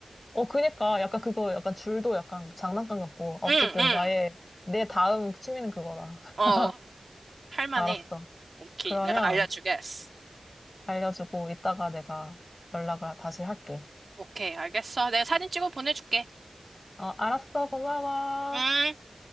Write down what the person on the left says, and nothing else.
어, 그니까, 약간 그거, 약간 줄도 약간 장난감 같고. 아, 어쨌든,
나의, 내 다음 취미는 그거다.
<laughs>
알았어.
그러면,
알려주고 이따가 내가 연락을 다시 할게.
어, 알았어. 고마워.